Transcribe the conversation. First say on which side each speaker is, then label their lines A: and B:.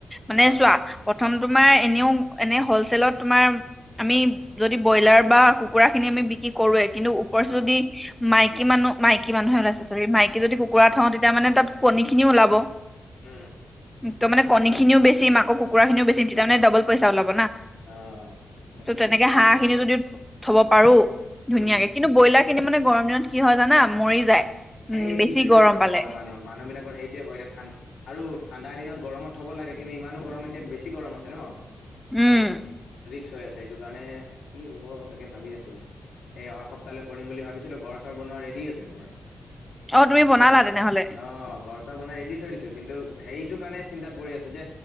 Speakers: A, in the centre; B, on the left (about 75°).
A: মানে
B: অ
A: চোৱা প্ৰথম তোমাৰ এনেও এনে হ'ল হোটেল ত তোমাৰ আমি যদি ব্ৰইলাৰ বা কুকুৰা খিনি আমি বিক্ৰী কৰো কিন্তু ওপৰ
B: অ
A: যদি মাইকী মানুহ মাইকী মানুহে ওলাইছে চৰি। মাইকী যদি কুকুৰা থওঁ তেতিয়া মানে তাত কণীখিনিও ওলাব।
B: হম।
A: ত'মানে কণী খিনিও বেছি মাকৰ কুকুৰা খিনি বেছিম তেতিয়া মানে দবল পইচা ওলাব।
B: অ কথাটো
A: ত 'তেনেকে
B: তুমি ঠিকেই
A: হাঁহ
B: কৈছা
A: খিনি যদিও থব পাৰো ধুনীয়াকে।
B: উম
A: কিন্তু ব্ৰইলাৰ কিনি মানে গৰম দিনত কি হয় জানা মৰি যায়।
B: সেইটোৱয়েতো
A: উম বেছি গৰম
B: এতিয়া
A: পালে
B: ভয়। মানুহ, মানুহ বিলাকৰ সেইটয়ে ভয় এতিয়া ঠা আৰু ঠাণ্ডাৰ দিনত গৰমত থ'ব লাগে। কিন্তু ইমানো গৰম এতিয়া বেছি গৰম আছে ন,
A: উম
B: কাৰণ হৈ আছে এইটো কাৰণে কি হ'ব তাকে ভাবি আছো। এই অহা সপ্তাহলৈ কৰিম বুলি ভাবিছিলো, ঘৰ-চৰ বনোৱা ৰেডি আছে মাৰ।
A: অ তুমি বনালা
B: বুজিছা নাই
A: তেনেহলে
B: অ। ঘৰ-চৰ বনাই ৰেডি থৈ দিছো। কিন্তু, সেইটো কাৰণে চিন্তাত পৰি আছো যে,